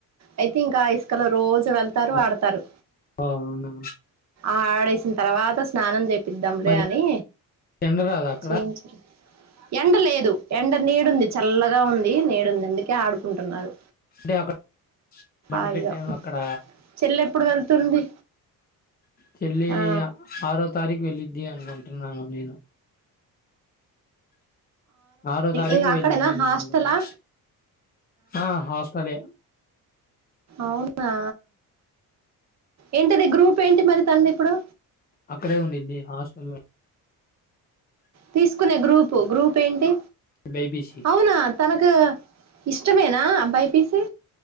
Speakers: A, on the right; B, on the left.
A: అయితే ఇంకా ఇస్ వెనకాల రోజు వెళ్తారు
B: ఓ
A: ఆడతారు
B: అవునా
A: ఆడేసిన తర్వాత స్నానం చేపిద్దాం లే
B: మరి
A: అని
B: ఎండ రాదు అక్కడ
A: చేయించ ఎండ లేదు ఎండ నీడుంది చల్లగా ఉంది నీడుంది అందుకే ఆడుకుంటున్నారు
B: అంటే అక్కడ బండి
A: అయ్యా
B: పెట్టాను అక్కడ
A: చెల్ల ఎప్పుడు వెళ్తుంది
B: చెళ్లి
A: ఆ
B: ఆరో తారీఖు వెళ్ళిద్ది అనుకుంటున్నాను నేను ఆరో తారీఖు
A: ఇంక అక్కడేనా
B: వెళ్ళింది అనుకున్నను
A: హాస్టలా
B: ఆ హాస్టలే
A: అవునా ఏంటది గ్రూప్ ఏంటి మరి తన ఇప్పుడు
B: అక్కడే ఉండిద్ది హాస్టల్
A: తీసుకునే గ్రూపు గ్రూప్ ఏంటి
B: బైపీసీ
A: అవునా తనకు ఇష్టమేనా అ బైపిసి